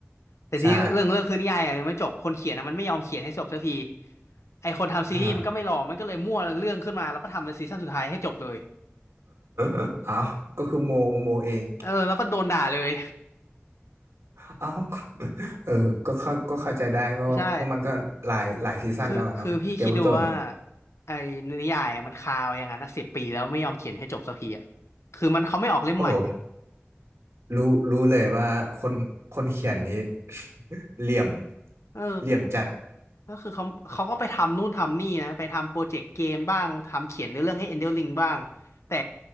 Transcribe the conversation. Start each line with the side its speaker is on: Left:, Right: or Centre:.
Left: แต่ที่เรื่องเรื่องคือนิยายอะยังไม่จบคนเขียนอะมันไม่ยอมเขียนให้จบสักที
Right: ใช่
Left: ไอคนทำซีรีส์มันก็ไม่รอมันก็เลยมั่วเรื่องขึ้นมาแล้วก็ทำเป็นซีซั่นสุดท้ายให้จบเลย
Right: อ่า <coughs> <laughs> เอาก็คือโมโมเอง
Left: เออแล้วก็โดนด่าเลย
Right: เอ้า <laughs> เออ ก็เข้าก็เข้าใจได้เพราะเพราะมันก็หลายหลายซีซั่นแล้วอะเนาะเกมออฟโธรนส์
Left: ใช่คือคือพี่คิดดูว่าไอ้นิยายอะมันคาไว้อย่างนั้นสิบปีแล้วไม่ยอมเขียนให้จบสักทีอ่ะคือมันเขาไม่ออกเล่มใหม่อ่ะ
Right: โอ้โหรู้รู้เลยว่าคนคนเขียนนี้ <laughs> เหลี่ยม
Left: เออ
Right: เหลี่ยมจัด
Left: ก็คือเขาเขาก็ไปทำนู่นทำนี่นะไปทำโปรเจกต์เกมบ้างทำเขียนเนื้อเรื่องให้ Elden Ring บ้างแต่